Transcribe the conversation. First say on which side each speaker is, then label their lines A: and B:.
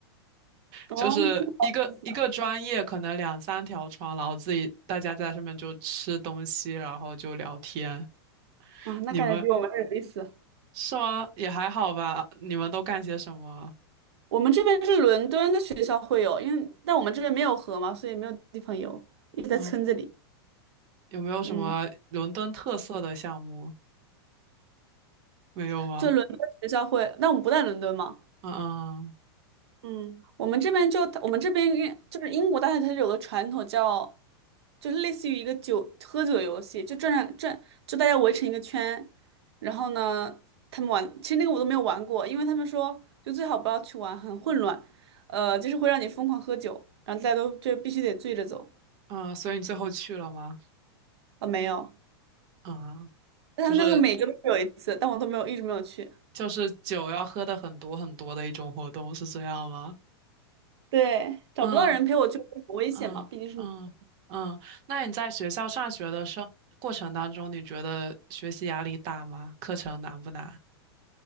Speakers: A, on the right; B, on the right.
A: 哦，
B: 就是一个一个专业可能两三条船，
A: 那挺好意思啊，
B: 然后自己大家在上面就吃东西，然后就聊天。
A: 啊那感觉比我们还有意思。
B: 你们是吗？也还好吧。你们都干些什么
A: 我们这边是伦敦的学校会有，因为但我们这边没有河嘛，所以没有地方游，一直在村子里。
B: 啊？有没有什么伦敦特色的项目？
A: 嗯，
B: 没有吗？
A: 就伦敦学校会，但我们不在伦敦嘛。
B: 嗯嗯
A: 嗯，我们这边就我们这边因就是英国大学，它是有个传统叫，就是类似于一个酒喝酒游戏，就转转，就大家围成一个圈，然后呢，他们玩，其实那个我都没有玩过，因为他们说就最好不要去玩，很混乱，呃，就是会让你疯狂喝酒，然后大家都就必须得醉着走。
B: 嗯，嗯所以你最后去了吗？
A: 啊、没有。
B: 啊，
A: 但他们那个每个都有一次，
B: 就是
A: 但我都没有，一直没有去。
B: 就是酒要喝的很多很多的一种活动，是这样吗？
A: 对，找不到人陪我去很危险嘛，
B: 嗯嗯嗯嗯。
A: 毕竟是女的。
B: 那你在学校上学的生过程当中，你觉得学习压力大吗？课程难不难？